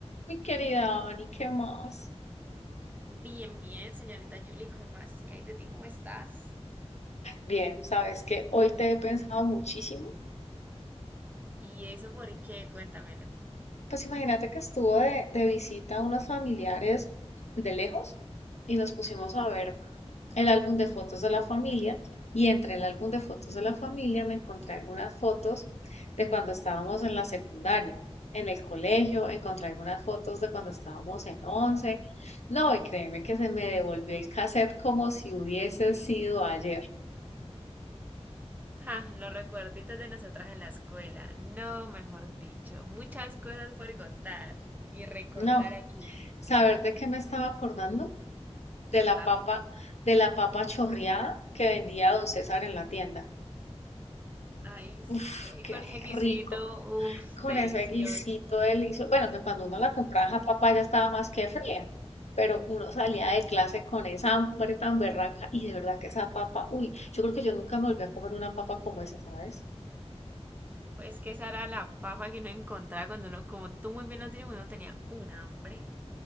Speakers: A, on the left; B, on the right.
A: Mi querida Dani,
B: Sí.
A: ¿qué más?
B: Bien, bien, señorita Julie, ¿qué más? ¿Qué hay de ti? ¿Cómo estás?
A: Bien, sabes que hoy te he pensado muchísimo.
B: ¿Y eso por qué? Cuéntamelo.
A: Pues imagínate que estuvo de, de visita unos familiares de lejos y nos pusimos a ver el álbum de fotos de la familia y entre el álbum de fotos de la familia me encontré algunas fotos de cuando estábamos en la secundaria, en el colegio, encontré algunas fotos de cuando estábamos en once. No, y créeme que se me devolvió el cassette como si hubiese sido ayer.
B: Ja, los recuerditos de nosotras en la escuela. No, mejor dicho, muchas cosas por contar y recordar
A: No,
B: aquí.
A: ¿Saber de qué me estaba acordando? De
B: Contame.
A: la papa, de la papa chorreada que vendía don César en la tienda.
B: Ay, sí,
A: Uf, qué
B: con ese guisito,
A: rico.
B: uff, delicioso.
A: Con ese guisito delicioso. Bueno, que cuando uno la compraba, esa papa ya estaba más que fría. Pero uno salía de clase con esa hambre tan berraca y de verdad que esa papa, uy, yo creo que yo nunca me volví a comer una papa como esa, ¿sabes?
B: Pues que esa era la papa que uno encontraba cuando uno, como tú muy bien lo has dicho, cuando uno tenía un hambre.